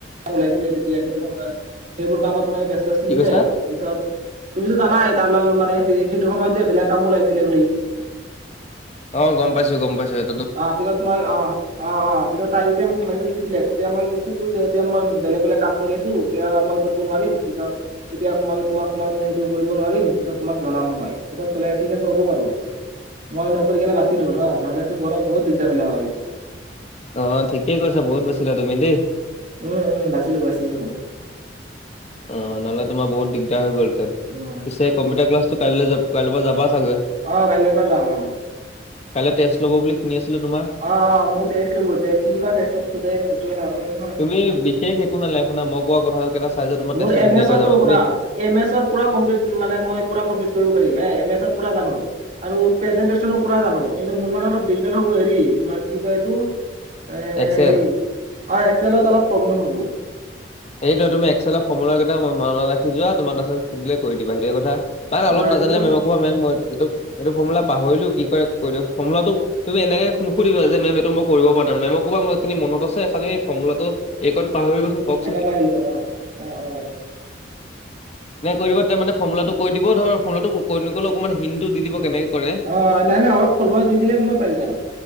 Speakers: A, on the right; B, on the left.
A: ওলাইছিলে তেতিয়া সেইটো সময়ত সেইবোৰ কামত মই ব্যস্ত ছিলো
B: কি কৈছা?
A: দেই পিছত তুমিটো জানাই তাৰ লগত মানে সেইটো সময়ত যে বেলেগ কাম ওলাইছিলে বুলি।
B: অ' গম পাইছো, গম পাইছো। সেইটো টো
A: অ' পিছত মই অ'
B: <inaudible>
A: কিন্ত তাই যেতিয়া মোক মেছেজ দিছিলে তেতিয়া মই কৈছিলো যে এতিয়া মই বেলেগ বেলেগ কাম কৰি আছো। এতিয়া মই কৰিব নোৱাৰিম পিছত এতিয়া মই তোমাক লগত সেইটো কৰিব নোৱাৰিম পিছত তোমাক জনাম মই পিছত ক'লে ঠিক আছে হ'ব বাৰু। মই নকৰি কেনে বাচিলো ন নহ'লে তো মোৰো বহুত দিগদাৰ হ'লে হয়।
B: অ' ঠিকে কৈছা বহুত বাচিলা তুমি দেই।
A: উম উম বাচিলো বাচিলো।
B: অ' নহ'লে তোমাৰ বহুত দিগদাৰ হৈ গ'ল হেঁতেন পিছে
A: উম
B: কম্পিউটাৰ ক্লাছটো কাইলৈ যাবা কাইলৈৰ পৰা যাবা চাগৈ।
A: অ' কাইলৈৰ পৰা যাম আৰু।
B: কাইলৈ টেষ্ট ল'ব বুলি শুনি আছিলো তোমাৰ।
A: অ', অ' মোৰ টেষ্ট ল'ব এতিয়া কি বা টেষ্টত সুধে এইটোৱে নাজানো নহয়।
B: তুমি বিশেষ একো নালাগে শুনা মই কোৱা কথা কেইটা চাই যে তোমাৰ টেষ্টটো
A: মোৰ এম
B: ধুনীয়াকৈ
A: এছৰ
B: যাব
A: টো
B: তুমি
A: শুনা এই এম এছত পুৰা কমপ্লি মানে মই পুৰা কমপ্লিট কৰিব পাৰিম এম এছত পুৰা জানো। আৰু প্ৰেজেণ্টেচনো পুৰা জানো কিন্তু মোৰ মানে অলপ দিগদাৰ হ'ব হেৰি তোমাৰ কি কয় এইটো এ
B: এক্সেল
A: হেৰি অ' এক্সেলত অলপ প্ৰব্লেম হ'ব।
B: সেইটোৱে তুমি এক্সেলৰ ফৰ্মুলা কেইটা মনত ৰাখি যোৱা তোমাক তাৰপিছত সুধিলে কৰি দিবা সেইটোহে কথা। মানে অলপ
A: অ
B: নাজানিলে
A: এক্সেলত
B: মেমক কবা মেম এইটো এইটো ফৰ্মুলা পাহৰিলো কি কয় কৈ দিয়কচোন ফৰ্মুলাটো তুমি এনেকে নুসুধিবা যে মেম এইটো মই কৰিব পৰা নাই মেমক ক'ব এইখিনি মনত আছে খালি ফৰ্মুলাটো এই কণ পাহৰি গৈছো কওঁক।
A: পাহৰিলো অ'। অ', অ'।
B: <inaudible> নাই কৈ দিব তাৰ মানে ফৰ্মুলাটো কৈ দিব ধৰ ফৰ্মুলাটো কৈ নক'লেও অকমান হিনটো দি দিব কেনেকে কৰে।
A: অহ, নাই নাই অলপ ফৰ্মুলা দি দিলে মই পাৰি যাম